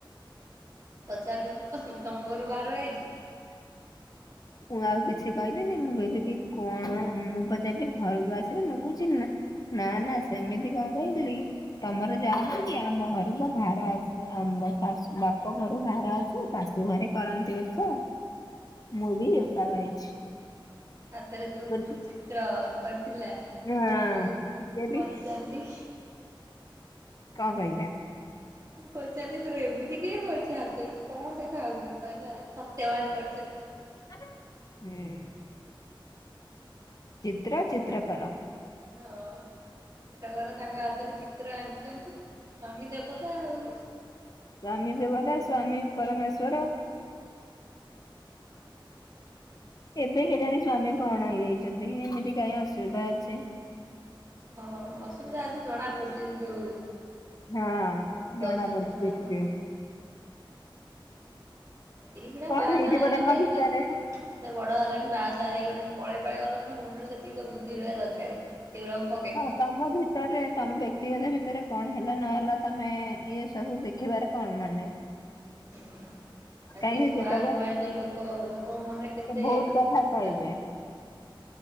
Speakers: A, on the right; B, on the left.
A: ପଚାରିଲୁନୁ ତ ତମ ଘରୁ ଭାର ଆଇଛି
B: ମୁଁ ଆଉ କିଛି କହିଲିନି ମୁଁ କହିଲି କି କଣ ମୁଁ ପଚାରିଲି ଘରକୁ ଆସିଲି ମୁଁ କହୁଚି ନା ନା ନା ସେମିତି କଣ କହିଲି ତମର ଜାଆନ୍ତି କି ଆମ ଘରୁ ବା ଘାର ଆସେ ଆମ ଶାସୁ ବାପ ଘରୁ ଭାର ଆସୁ ଶାଶୁ ଘରେ କରନ୍ତି ଉର୍ଛ ମୁଁ ବି ଓଷା କରିଛି
A: ହାତରେ ଯୋଉ
B: ବୋଲି।
A: ଚିତ୍ର କରିଥିଲା ମୁ
B: ହଁ
A: ତାକୁ
B: ମୁଁ କହିଲି
A: ପଚାରିଲି
B: କଣ କହିଲା
A: ମୁଁ ପଚାରିଲି ତୋର ଏମିତି କିଏ କରିଛି ହାତ ଇ କଣ ଦେଖା ହଉଛି କହିଲା ସତ୍ୟବାନ କରିଛନ୍ତି
B: ହୁଁ ଚିତ୍ର ଚିତ୍ରକର
A: ହଁ ଷ୍ଟକର ତାଙ୍କ ହାତରେ ଚିତ୍ର ଆଙ୍କିଛନ୍ତି ସ୍ୱାମୀ ଦେବତା ଆଉ
B: ସ୍ୱାମୀ ଦେବତା ସ୍ଵାମୀ ପରମେଶ୍ଵର
A: <unintelligible>
B: ଏବେ କେଜାଣି ସ୍ଵାମୀ କଣ ହେଇଯାଇଛନ୍ତି ଏମିତି କାହିଁ ଅସୁବିଧା ଅଛି
A: ହଁ ହଁ ଅସୁବିଧା ଅଛି ଜଣା ପଡୁଛି ଯୋଉ
B: ହଁ।
A: ଦଉଛନ୍ତି
B: ଜଣା ପଡୁଛି
A: ଜଣା
B: ଦେଖିକି
A: ପଡୁଛି ଏଇକ୍ଷୀଣା
B: କଣ
A: ବା
B: ହେଇଥିବ
A: ସା ଆ ହେଇଗଲେ
B: ତାଙ୍କ
A: ଏତେ
B: ଭିତରେ
A: ଏତେ ବଡ ହେଲାଣି ବାହାସାହା ହେଇଗଲାଣି ପଳେଇ ପଳେଇ ଗଲା ମାନେ ମନରେ ସେତିକି ତ ବୁଦ୍ଧି ରହିବା ଦରକାର ସେ
B: ହଁ ତମ ଭି ତମ ବ୍ୟକ୍ତିଗତ ଭିତରେ କଣ ହେଲା ନହେଲା ତମେ ଇଏ ସବୁ ଦେଖିବାରେ କଣ ମାନେ?
A: ହୁ ଆଗ
B: କାହିଁକି
A: ସବୁ
B: କେତେକ
A: ବାହହାରକୁ ଆଣିଲେ ଲୋକ ଲୋକଙ୍କ ମନରେ କେତେ
B: ସେ ବହୁତ କଥା କହିବେ।
A: ଥାଏ।